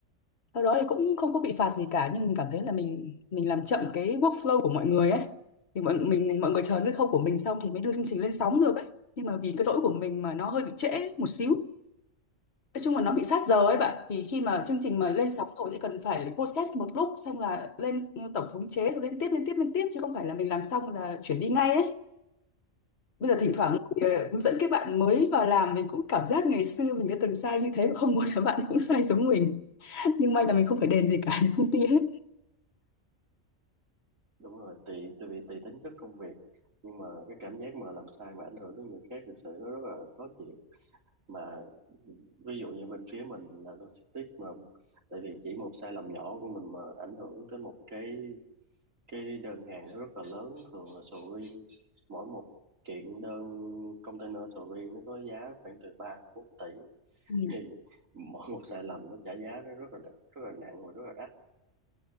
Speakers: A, on the left; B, on the right.
A: sau đó thì cũng không có bị phạt gì cả nhưng mình cảm thấy là mình mình làm chậm cái workflow của mọi người ấy thì mọi mình mọi người chờ cái khâu của mình xong thì mới đưa chương trình lên sóng được ấy nhưng mà vì cái lỗi của mình mà nó hơi bị trễ một xíu nói chung là nó bị sát giờ ấy bạn vì khi mà chương trình mà lên sóng rồi thì cần phải process một lúc xong là lên tổng thống chế rồi lên tiếp lên tiếp lên tiếp chứ không phải là mình làm xong là chuyển đi ngay ấy bây giờ thỉnh thoảng
B: Ờ,
A: thì, ờ, hướng dẫn các bạn mới vào làm mình cũng cảm giác ngày xưa mình đã từng sai như thế và không muốn là bạn cũng sai giống mình <laughs> nhưng may là mình không phải đền gì cả công ty hết
B: đúng rồi tùy tùy tùy tính chất công việc nhưng mà cái cảm giác mà làm sai mà ảnh hưởng tới người khác thực sự nó rất là khó chịu mà ví dụ như bên phía mình là logistics mà tại vì chỉ một sai lầm nhỏ của mình mà ảnh hưởng tới một cái cái đơn hàng nó rất là lớn thường là sầu riêng mỗi một kiện đơn container sầu riêng nó có giá khoảng từ 3 đến 4 tỷ
A: Ừ.
B: thì mỗi một sai lầm nó trả giá nó rất là đắt- rất là nặng và rất là đắt